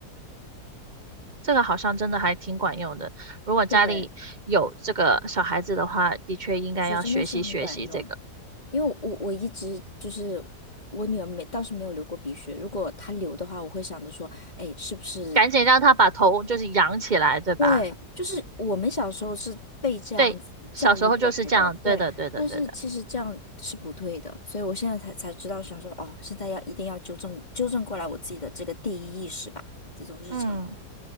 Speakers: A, on the right; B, on the left.
A: 这个好像真的还挺管用的。如果家里有这个小孩子的话，
B: 对，
A: 的确应该要学习学习这个，
B: 我觉得真的是很管用，因为我我我一直就是我女儿没倒是没有流过鼻血，如果她流的话，我会想着说，哎，是不是
A: 赶紧让他把头就是扬起来，对吧？
B: 对，就是我们小时候是被这样子教育过来的，
A: 对，小时候就是这样。
B: 对。
A: 对的，对的，
B: 但是其实这样是不对的，
A: 对的。
B: 所以我现在才才知道，想说哦，现在要一定要纠正纠正过来我自己的这个第一意识吧，这种日常的
A: 嗯。